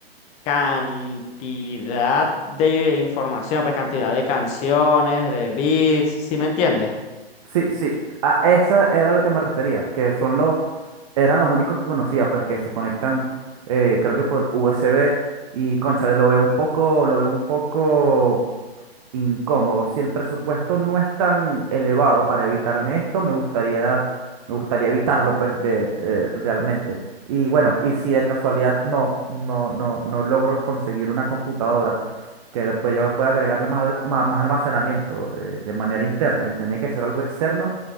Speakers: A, on the left (about 20°); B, on the right (about 35°).
A: cantidad de información, pues cantidad de canciones, de beats, ¿sí me entiendes?
B: Sí, sí. A esa era lo que me refería, que son los, eran los únicos que conocía, pues que se conectan, eh, creo que por USB y cónchale, lo veo un poco, lo veo un poco incómodo. Si el presupuesto no es tan elevado para evitarme esto, me gustaría, me gustaría evitarlo, pues, de, eh, realmente. Y bueno, y si de casualidad no, no, no, no logro conseguir una computadora que le pueda, pueda agregarle más, al- más, más almacenamiento, eh, de manera interna y tiene que ser algo externo